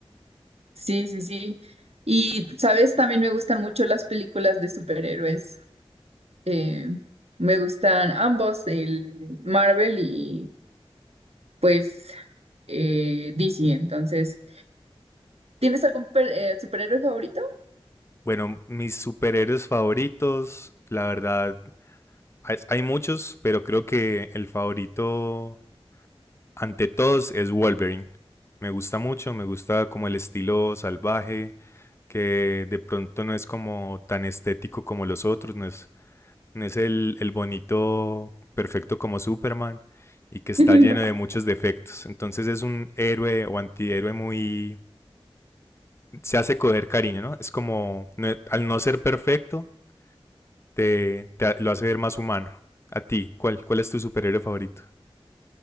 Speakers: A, on the right; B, on the left.
A: Sí, sí, sí. Y, ¿sabes? También me gustan mucho las películas de superhéroes. Eh, me gustan ambos, el Marvel y pues eh, DC. Entonces, ¿tienes algún per- eh, superhéroe favorito?
B: Bueno, mis superhéroes favoritos, la verdad, Hay, hay muchos, pero creo que el favorito ante todos es Wolverine. Me gusta mucho, me gusta como el estilo salvaje, que de pronto no es como tan estético como los otros, no es, no es el, el bonito perfecto como Superman y que está
A: <laughs>
B: lleno de muchos defectos. Entonces es un héroe o antihéroe muy... se hace coger cariño, ¿no? Es como, no, al no ser perfecto, te, te, lo hace ver más humano. A ti, ¿cuál, cuál es tu superhéroe favorito?